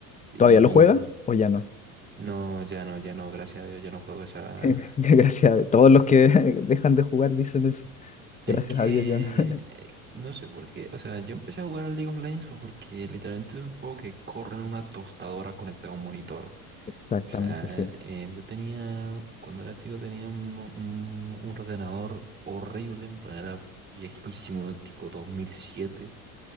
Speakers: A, on the right (about 25°); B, on the left (about 15°).
A: Y
B: ¿Todavía lo juega o ya no?
A: no, ya no, ya no, gracias a Dios, ya no juego esa...
B: <laughs> Gracias a todos los que <laughs> dejan de jugar dicen eso.
A: Es
B: Gracias
A: que...
B: a Dios ya no. <laughs>
A: eh, No sé por qué, o sea, yo empecé a jugar al League of Legends fue porque literalmente es un juego que corre en una tostadora conectada a un monitor.
B: Exactamente,
A: O sea,
B: sí.
A: eh, yo tenía, cuando era chico tenía un, un- un ordenador horrible, en plan era viejísimo, tipo 2007,